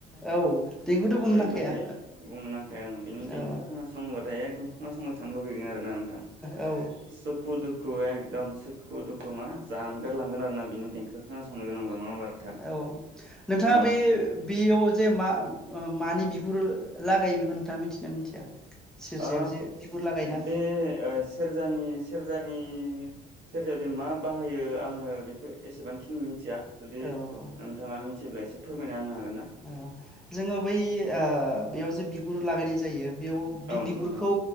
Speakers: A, in the centre; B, on the right.
A: औ देंखौथ' बुंनो
B: ओरैबायदि
A: नांखाया
B: बुंनो नांखाया आं बिनि देंखो
A: औ
B: खोनासङोबाथाय एकदम खोनासंबाय थानो लुबैयो आरो ना नोंथां
A: औ
B: सुखु दुखु एकदम सुखु दुखु मा जानगारलांगोन आरो ना बिनि देंखो खोनासंनो गोनांब्ला नङा होमबा नोंथां
A: औ नोंथाङा
B: औ
A: बे बेयाव जे मा ओ मानि बिगुर लागायो बेखौ नोंथाङा मिथियोना मिथिया सेरजायाव
B: ओ
A: जे बिगुर लागायोना
B: बे सेरजानि सेरजा नि सेरजायावदि मा बाहायो आङो बेखौ एसेबांखिनि मिथिया। जुदि
A: औ औ
B: नोंथाङा मिथिब्ला एसे फोरमायना होनो हागोन ना
A: ओ जोङो बै बेयाव जे बिगुर लागायनाय जायो बेयाव बि
B: औ नंगौ
A: बिगुरखौ
B: नोंथां